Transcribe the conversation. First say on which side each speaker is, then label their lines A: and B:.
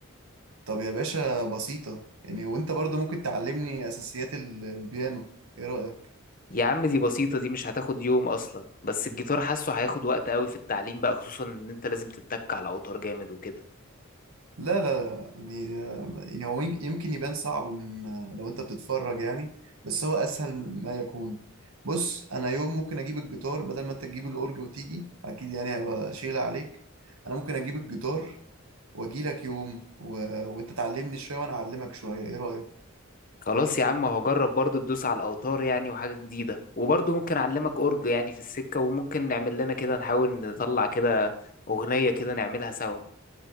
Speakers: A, on the right (about 85°); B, on the left (about 40°).
A: طب يا باشا بسيطة يعني وانت برضه ممكن تعلمني أساسيات ال- البيانو ايه رأيك؟
B: يا عم دي بسيطة دي مش هتاخد يوم أصلا بس الجيتار حاسه هياخد وقت قوي في التعليم بقى خصوصا إن أنت لازم تتك على الأوتار جامد وكده
A: لا لا لا يعني آه، يعني هو يم- يمكن يبان صعب من آه، لو انت بتتفرج يعني بس هو أسهل ما يكون بص أنا يوم ممكن أجيب الجيتار بدل ما انت تجيب الأورج وتيجي أكيد يعني هيبقى شيلة عليك أنا ممكن أجيب الجيتار واجي لك يوم و... وانت تعلمني شويه وانا اعلمك شويه ايه رايك
B: خلاص يا عم هجرب برضو تدوس على الأوتار يعني وحاجة جديدة وبرضو ممكن أعلمك أورج يعني في السكة وممكن نعمل لنا كده نحاول نطلع كده أغنية كده نعملها سوا